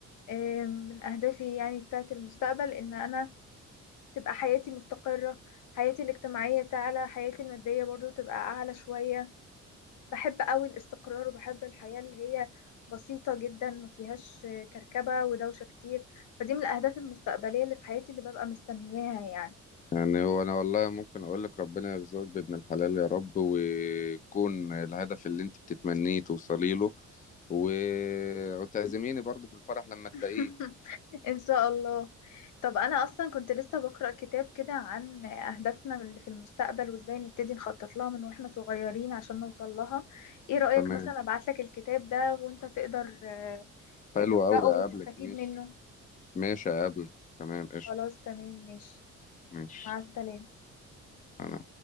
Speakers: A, on the left (about 80°); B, on the left (about 25°).
A: آه، من اهدافي يعني بتاعت المستقبل ان انا تبقى حياتي مستقره حياتي الاجتماعيه تعلى حياتي الماديه برضو تبقى اعلى شويه بحب قوي الاستقرار وبحب الحياة اللي هي بسيطة جدا ما فيهاش كركبة ودوشة كتير فدي من الأهداف المستقبلية اللي في حياتي اللي ببقى مستنياها يعني
B: يعني هو انا والله ممكن اقول لك ربنا يرزقك بابن الحلال يا رب ويكون الهدف اللي انت بتتمنيه توصلي له و... وتعزميني برضو في الفرح لما تلاقيه
A: <laughs> إن شاء الله طب أنا أصلا كنت لسه بقرأ كتاب كده عن أهدافنا اللي في المستقبل وإزاي نبتدي نخطط لها من وإحنا صغيرين عشان نوصل لها إيه رأيك
B: تمام
A: مثلا أبعتلك الكتاب ده وإنت تقدر آه،
B: حلو
A: تقرأه
B: أوي
A: وتستفيد
B: أقابلك ماشي
A: منه
B: ماشي أقابلك تمام قشطة
A: خلاص تمام ماشي
B: ماشي
A: مع السلامة
B: أنا